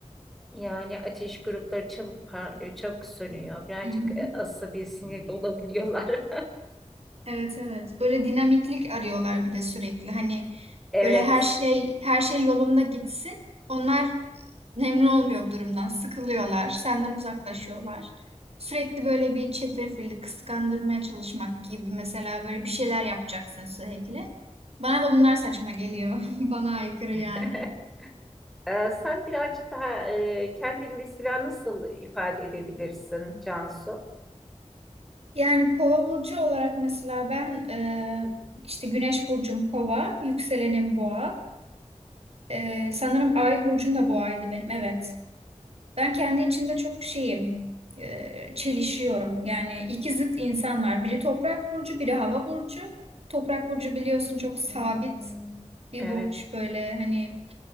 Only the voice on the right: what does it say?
Hı hı.
Evet evet. Böyle dinamiklik arıyorlar bir de sürekli. Hani
böyle her şey her şey yolunda gitsin. Onlar memnun olmuyor bu durumdan. Sıkılıyorlar. Senden uzaklaşıyorlar. Sürekli böyle bir çetrefilli kıskandırmaya çalışmak gibi mesela böyle bir şeyler yapacaksın sürekli. Bana da bunlar saçma geliyor. <laughs> Bana aykırı
yani.
Yani kova burcu olarak mesela ben e, işte güneş burcum kova, yükselenim boğa. E, sanırım ay burcum da boğaydı benim. Evet. Ben kendi içimde çok şeyim, e, çelişiyorum. Yani iki zıt insan var. Biri toprak burcu, biri hava burcu. Toprak burcu biliyorsun çok sabit
bir
burç. Böyle hani